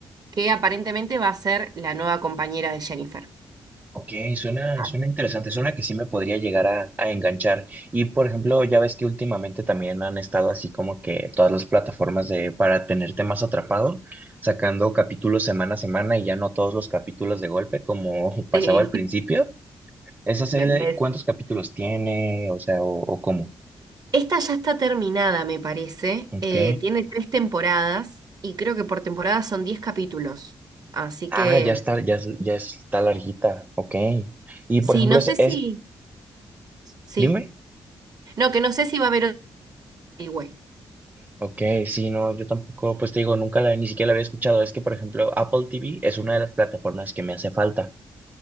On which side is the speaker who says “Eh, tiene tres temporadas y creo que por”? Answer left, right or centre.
Right